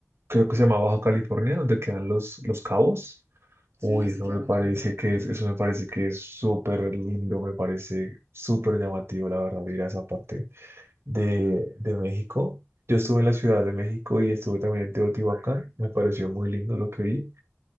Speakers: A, on the right (about 65°); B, on the right (about 85°).
A: creo que se llama Baja California, donde quedan los, los cabos.
B: Sí,
A: Uy,
B: sí,
A: eso
B: claro.
A: me parece
B: Mm,
A: que es, eso me parece que es súper lindo, me parece súper llamativo, la verdad, ir a esa parte de, de México. Yo estuve en la Ciudad de México y estuve también en Teotihuacán, me pareció muy lindo lo que vi,